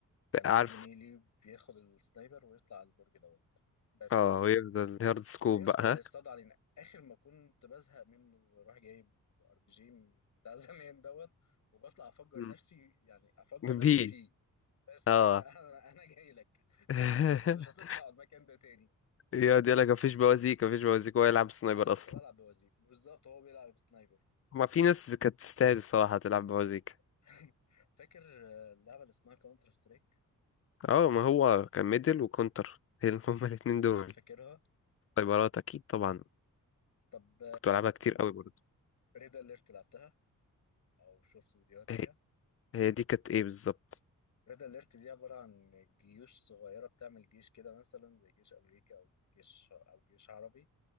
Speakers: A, on the left (about 60°); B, on the left (about 45°).
A: كان واحد
B: عارف
A: زميلي بياخد السنايبر ويطلع على البرج دوت بس
B: اه ويفضل هارد سكوب
A: بيفضل
B: بقى ها
A: يصطاد علينا اخر ما كنت بزهق منه بروح جايب ار بي جي بتاع <laughs> زمان دوت وبطلع افجر
B: مم.
A: نفسي يعني افجر نفسي
B: بي
A: فيه بس
B: اه
A: انا انا انا جاي لك
B: <laughs>
A: بس مش هتطلع على المكان ده تاني
B: يقعد يقول لك مفيش بوازيك مفيش بوازيك هو يلعب سنايبر
A: انا كنت
B: اصلا
A: بلعب بوزير بالظبط هو بيلعب بسنايبر
B: ما في ناس كانت تستاهل الصراحه تلعب بوازيك
A: <laughs> فاكر آه، اللعبه اللي اسمها كاونتر سترايك
B: اه ما هو كان ميدل وكونتر <laughs> هي- هما الاتنين دول
A: فاكرها
B: سنايبرات اكيد طبعا
A: طب
B: كنت بلعبها كتير قوي برضه
A: ريد اليرت لعبتها او شفت فيديوهات
B: هي
A: ليها
B: هي دي كانت ايه بالظبط
A: ريد اليرت دي عباره عن جيوش صغيره بتعمل جيش كده مثلا زي جيش امريكا او جيش او جيش عربي